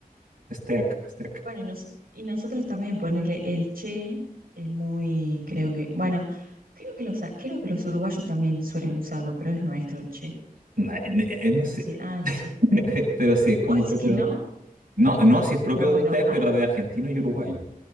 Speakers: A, on the right (about 60°); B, on the right (about 75°).
A: steak, steak.
B: Bueno, y, nos- y nosotros también ponerle el che es muy, creo que, bueno, creo que los creo que los uruguayos también suelen usarlo, pero es nuestro el che.
A: Na- ne- No,
B: Es
A: sé,
B: decir, ah, che.
A: <laughs> pero sí es como
B: ¿Vos decís
A: propio.
B: que no?
A: No, no, si es propio
B: No, bueno,
A: de ustedes,
B: ah,
A: pero de argentino y uruguayo.